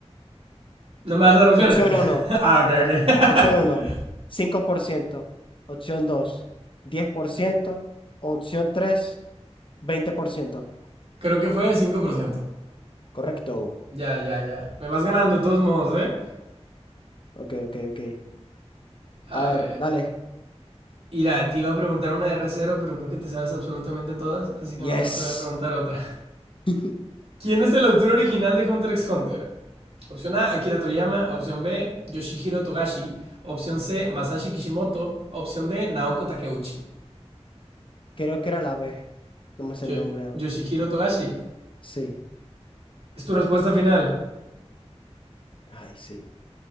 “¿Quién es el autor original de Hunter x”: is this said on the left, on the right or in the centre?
Right